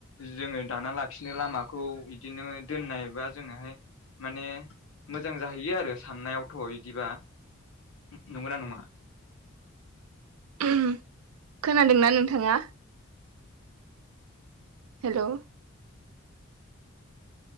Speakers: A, on the left; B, on the right.
A: जोङो दाना लाखिनो लामाखौ बिदिनो दोननाय बा जोंनोहाय माने मोजां जाहैयो आरो साननायावथ' इदिबा नंगौना नङा?
B: <unintelligible> खोनादोंना नोंथाङा? हेल'।